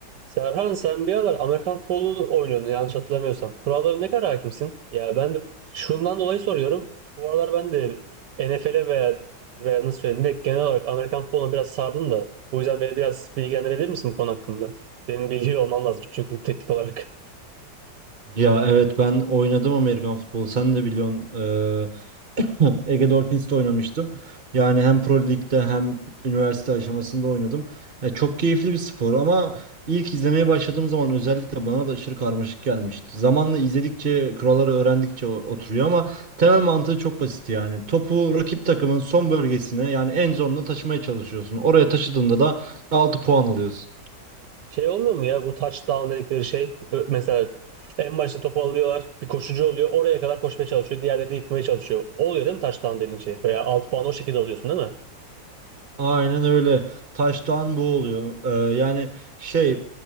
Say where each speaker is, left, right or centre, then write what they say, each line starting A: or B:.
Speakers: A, on the right; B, on the right.
A: Serhan sen bir aralar Amerikan futbolu oynuyordun yanlış hatırlamıyorsam. Kurallara ne kadar hakimsin? Ya ben de şundan dolayı soruyorum. Bu aralar ben de NFL'e veya veya nasıl söyleyeyim de genel olarak Amerikan futboluna biraz sardım da. Bu yüzden beni biraz bilgilendirebilir misin bu konu hakkında? Senin biliyor olman lazım çünkü teknik olarak.
B: Ya evet ben oynadım Amerikan futbolu. Sen de biliyorsun eee, <laughs> Ege Dolphins'te oynamıştım. Yani hem Pro Lig'de hem üniversite aşamasında oynadım. Ya çok keyifli bir spor ama ilk izlemeye başladığım zaman özellikle bana da aşırı karmaşık gelmişti. Zamanla izledikçe, kuralları öğrendikçe o- oturuyor ama temel mantığı çok basit yani. Topu rakip takımın son bölgesine yani en zone'una taşımaya çalışıyorsun. Oraya taşıdığında da 6 puan alıyorsun.
A: Şey olmuyor mu ya bu touchdown dedikleri şey? Ö- Mesela en başta topu alıyorlar bir koşucu oluyor oraya kadar koşmaya çalışıyor. Diğerleri de yıkmaya çalışıyor. Oluyor değil mi touchdown dediğin şey? Veya 6 puan o şekilde alıyorsun değil mi?
B: Aynen öyle. Taştan bu oluyor. Ee, yani şey